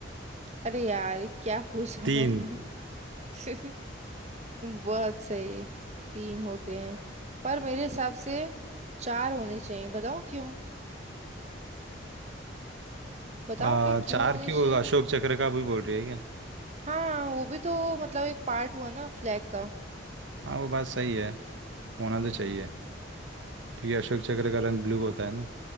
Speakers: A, on the right; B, on the right.
A: अरे यार ये क्या पूछा है
B: तीन
A: मैंने <laughs> बहुत सही तीन होते हैं पर मेरे हिसाब से चार होने चाहिए बताऊं क्यों बताऊं
B: आ,
A: क्या क्यों
B: चार
A: होने
B: क्यों
A: चाहिए
B: अशोक चक्र का भी बोल रही है क्या
A: हाँ वो भी तो मतलब एक पार्ट हुआ ना फ्लैग का
B: हाँ वो बात सही है होना तो चाहिए क्योंकि अशोक चक्र का रंग ब्लू होता है ना